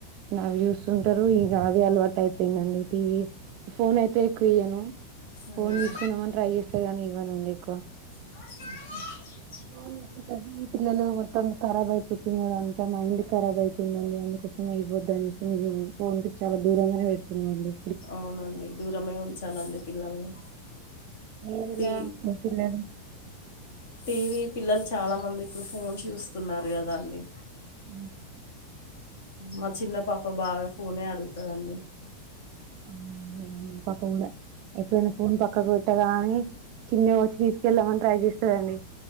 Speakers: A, on the right; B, on the left.
A: నావి జూస్తుంటరు ఇగ అవే అలవాటు అయిపోయిందండి టీవీ ఫోన్ అయితే ఎక్కువ ఇయ్యను
B: అవునా
A: ఫోన్ తీసుకుందామని ట్రై జేస్తార్ గానీ ఇవ్వనండి ఎక్కువ
B: ఉహు
A: ఫోనిచ్చి చదువె పిల్లలు మొత్తం ఖరాబ్ అయిపోతున్నారు అంత మైండు ఖరాబ్ అయితుందండి అందుకు కోసమె ఇవ్వద్దనేసి నేను ఫోన్ కి చాలా దూరంగా పెడుతున్నా అండి
B: అవునండి దూరమే ఉంచాలండి పిల్లల్ని
A: మీరిలా
B: టీ
A: మీ పిల్లలు
B: టీవీ పిల్లలు చాలా మంది ఇప్పుడు ఫోన్స్ చూస్తున్నారు కదా అండి
A: అ
B: మా చిన్న పాప బాగా ఫోనే అడుగుతాదండి
A: ఆ ఏముంది పక్క కూడా ఎప్పుడు ఫోన్ పక్కకు పెట్టగాని చిన్నగా వచ్చి తీసుకెళ్దామని ట్రై చేస్ చేస్తదా అండి